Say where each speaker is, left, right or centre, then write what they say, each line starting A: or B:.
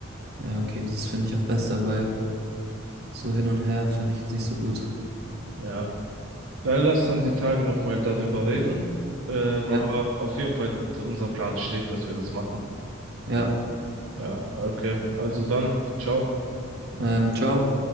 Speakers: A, on the right; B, on the right.
A: Ja, okay, das finde ich auch besser, weil so hin und her finde ich jetzt nicht so gut.
B: Ja. Dann lass dann die Tage nochmal darüber reden. Ähm,
A: Ja,
B: aber auf jeden Fall, unser Plan steht, dass wir das machen.
A: ja,
B: Ja, okay. Also dann, ciao.
A: ähm, ciao.